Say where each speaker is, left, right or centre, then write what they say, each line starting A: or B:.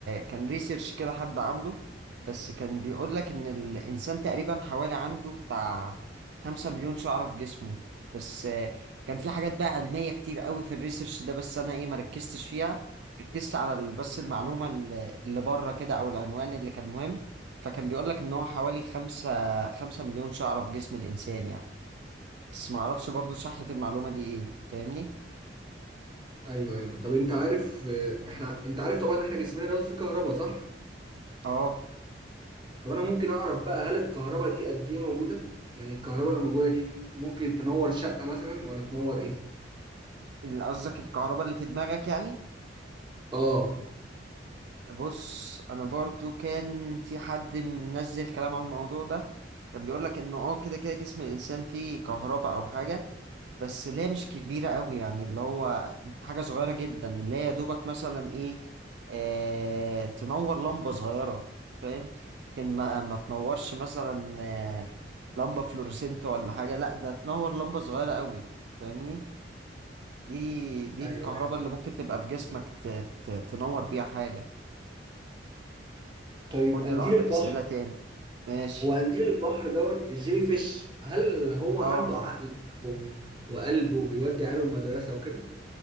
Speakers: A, on the right; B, on the right.
A: كان ريسيرش كده حد عامله بس كان بيقول لك ان الانسان تقريبا حوالي عنده بتاع خمسة مليون شعرة في جسمه بس آه، كان في حاجات بقى علمية كتير قوي في الريسيرش ده بس انا ايه ما ركزتش فيها ركزت على ال- بس المعلومة اللي اللي بره كده او العنوان اللي كان مهم فكان بيقول لك ان هو حوالي خمسة خمسة مليون شعرة في جسم الانسان يعني بس ما اعرفش برضو صحة المعلومة دي ايه فاهمني
B: ايوه ايوه طب انت عارف آه، احنا انت عارف طبعا ان احنا جسمنا دوت فيه كهرباء صح
A: اه
B: طب انا ممكن اعرف بقى هل الكهرباء دي قد ايه موجوده يعني الكهرباء اللي موجوده دي ممكن تنور شقه مثلا ولا تنور ايه
A: اللي قصدك الكهرباء اللي في دماغك يعني
B: اه
A: بص انا برضو كان في حد منزل كلام عن الموضوع ده كان بيقول لك انه اه كده كده جسم الانسان فيه كهرباء او حاجه بس اللي هي مش كبيره قوي يعني اللي هو حاجه صغيره جدا اللي هي يا دوبك مثلا ايه آه تنور لمبه صغيره فاهم لكن ما ما تنورش مثلا آه لمبه فلورسنت ولا حاجه لا ده تنور لمبه صغيره قوي فاهمني دي دي
B: ايوه
A: الكهرباء
B: ايوه
A: اللي ممكن تبقى في جسمك ت- ت- تنور بيها حاجه
B: طيب
A: قول
B: قنديل
A: لي لو عندك
B: البحر
A: أسئلة تاني ماشي
B: هو قنديل البحر دوت الجيلي فيش هل هو
A: اه
B: عنده عقل و- وقلب وبيودي عياله المدرسة وكده؟